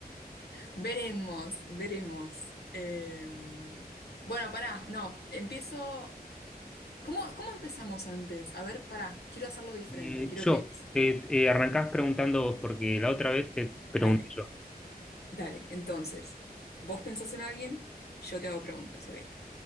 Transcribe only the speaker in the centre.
Eh,
yo,
eh, eh, arrancás preguntando vos, porque la otra vez te pregunté
yo.